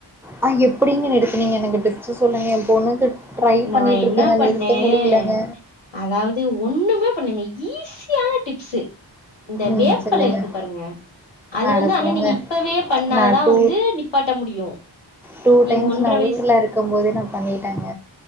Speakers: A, in the centre; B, on the left.
A: ஆ எப்டிங்க நிருத்துனீங்க நின்கிட்டு சு சொல்லுங்க என் பொண்ணுக்கு ட்ரை
B: நான்
A: பண்ணிட்டு
B: என்ன
A: இருக்கங்க
B: பண்ணேன்,
A: நிறுத்த முடியலங்க
B: அதாவது ஒண்ணுமே பண்ணுங்க ஈஸியான டிப்ஸு இந்த
A: ம்
B: வேப்பல
A: சொல்லுங்கள்
B: இருக்கு பாருங்க அது
A: அட
B: வந்து ஆனா
A: போங்க
B: நீங்க இப்பவே பண்ணாதா
A: நான் டூ
B: வந்து நிப்பாட்ட முடியும்
A: டூ
B: நீங்க
A: டைம்ஸ் நா
B: வயசு
A: ஊர்ல இருக்கும் போதே நா பண்ணிட்டங்க